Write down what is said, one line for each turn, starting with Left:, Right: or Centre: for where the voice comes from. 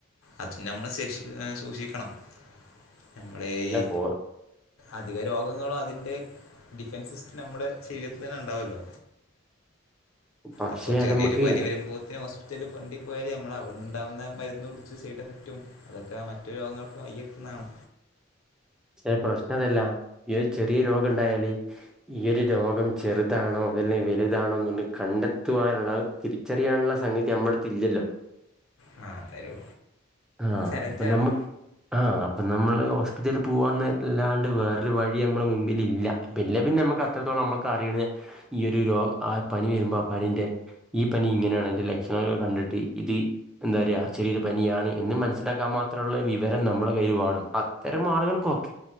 Left: അതിന് നമ്മള് ശക്ഷി സൂക്ഷിക്കണം നമ്മുടെ
Centre: അല്ല
Left: ഈ
Centre: ഹോ
Left: അധിക രോഗങ്ങളും അതിൻ്റെ ഡിഫൻസ് സിസ്റ്റ് നമ്മള് ക്ഷീണത്തിൽതന്നെ ഉണ്ടാവല്ലോ
Centre: പക്ഷെ
Left: അപ്പൊ ചെറിയൊരു
Centre: അത് നമുക്ക്
Left: പനി വരുമ്പോത്തന് ഹോസ്പിറ്റലിൽ കൊണ്ടി പോയല് നമ്മളവിടെ ഉണ്ടാവുന്ന മരുന്ന് കുടിച്ച് സൈഡ് എഫക്റ്റും അതൊക്കെ മറ്റ്‌ രോഗങ്ങൾക്കും വഴി വയ്ക്കുന്നതാണ്
Centre: പക്ഷെ പ്രശ്നം അതല്ല ഈ ചെറിയ രോഗ ക്ക ഉണ്ടായാല് ഈ ഒരു രോഗം ചെറുതാണോ അതല്ല വലുതാണോ എന്ന് കണ്ടെത്തുവാനുള്ള തിരിച്ചറിയാനുള്ള സംഗതി നമ്മടത്ത് ഇല്ലല്ലോ
Left: ആ അതൊരു
Centre: ആ
Left: ചലഞ്ചാണ്
Centre: അപ്പൊ നമ്ക്ക് ആ അപ്പ നമ്മൾ ഹോസ്പിറ്റലിൽ പോവാന്നല്ലാണ്ട് വേറൊരു വഴി നമ്മള മുമ്പിൽ ഇല്ല പിന്നെ പിന്നെ നമുക്ക് അത്രത്തോളം നമ്മുക്ക് അറിയണ ഈ ഒരു രോഗ ആ പനി വരുമ്പോ ആ പനിന്റെ ഈ പനി ഇങ്ങനെയാണ് അതിന്റെ ലക്ഷണങ്ങൾ കണ്ടിട്ട് ഇത് എന്താ പറയാ ചെറിയൊരു പനിയാണ് എന്ന് മനസ്സിലാക്കാൻ മാത്രമുള്ള വിവരം നമ്മള കയ്യില് വേണം അത്തരം ആളുകൾ ഓക്കെ